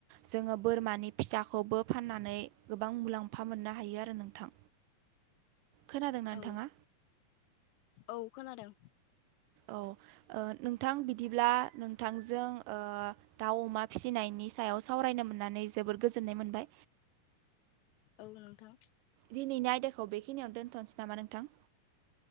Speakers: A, on the right (about 80°); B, on the left (about 85°).
A: जोंङो बोरमानि। फिसाखौबो फाननानै गोबां मुलाम्फा मोननो हायो आरो नोंथां। खोनादों ना नोंथांङा?
B: औ औ खोनादों
A: औ नोंथां बिदिब्ला नोंथांजों दाउ अमा। फिसिनायनि सायाव सावरायनो मोननानै जोबोर गोजोननाय मोनबाय।
B: औ नोंथां
A: दिनैनि आयदाखौ बेखिनियावनो दोनथ'नोसै नामा नोंथां?